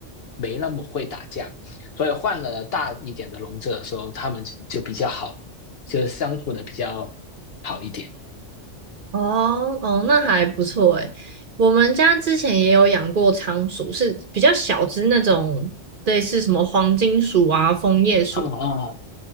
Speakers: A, on the left; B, on the right.
A: 没那么会打架，所以换了大一点的笼子的时候，他们就比较好，就是相处的比较好一点。
B: 哦哦，那还不错诶。我们家之前也有养过仓鼠，是比较小只那种，类似什么黄金鼠啊、枫叶鼠，
A: 嗯嗯，